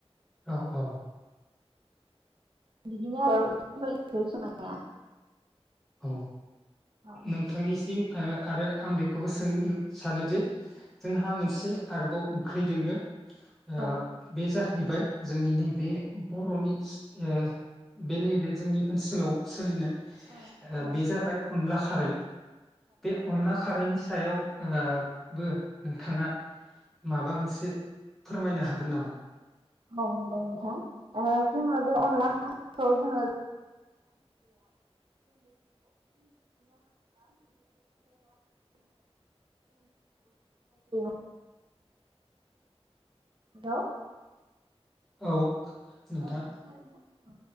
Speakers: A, in the centre; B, on the right (about 50°).
A: औ औ
B: बिदिनो दाव सायख <unintelligible> सोंनाया
A: औ
B: औ
A: नोंथांनिसिम ओ आरो आं बेखौबो सों नो सानोदि जोंहा मोनसे आरोबाव ओंख्रै दोंङो ।
B: औ
A: ओ बे जा हैबाय जोंनि नै बे बर'नि ओ बे नैबे जोंनि ओनसोलाव सोलिनाय
B: औ
A: ओ
B: औ
A: बे जाबाय अनला खारै बे अनला खारैनि सायाव ओ बो नोंथाङा माबा मोनसे फोरमायनो हागोन नामा?
B: औ नंगौ नोंथां ओ जोङो बे अनला खा खौ जोङो <unintelligible> <unintelligible> द'
A: औ नोंथां
B: औ खोनादों ना?